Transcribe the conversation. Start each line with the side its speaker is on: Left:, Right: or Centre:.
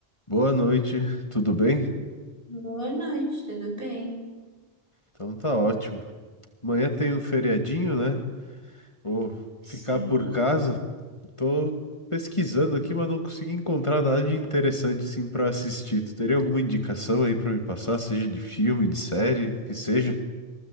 Left: Boa noite, tudo bem?
Right: Boa noite, tudo bem?
Left: Então tá ótimo. Amanhã tem um feriadinho, né? Vou
Right: Sim.
Left: ficar por casa. Tô pesquisando aqui, mas não consegui encontrar nada de interessante assim para assistir. Tu teria alguma indicação aí para me passar, seja de filme, de série, o que seja?